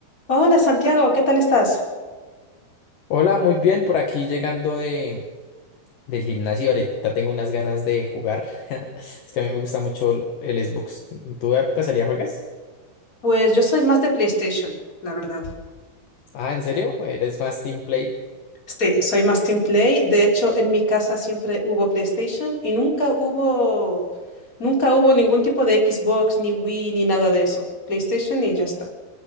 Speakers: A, on the left (about 20°); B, on the left (about 60°).
A: Hola Santiago, ¿qué tal estás?
B: Hola, muy bien, por aquí llegando de, del gimnasio. Ahorita tengo unas ganas de jugar. <laughs> Es que a mí me gusta mucho el Xbox. ¿Tú de casualidad juegas?
A: Pues yo soy más de PlayStation, la verdad.
B: Ah, ¿en serio? ¿Eres más team play?
A: Sí, soy más Team Play. De hecho, en mi casa siempre hubo PlayStation y nunca hubo, nunca hubo ningún tipo de Xbox, ni Wii, ni nada de eso. PlayStation y ya está.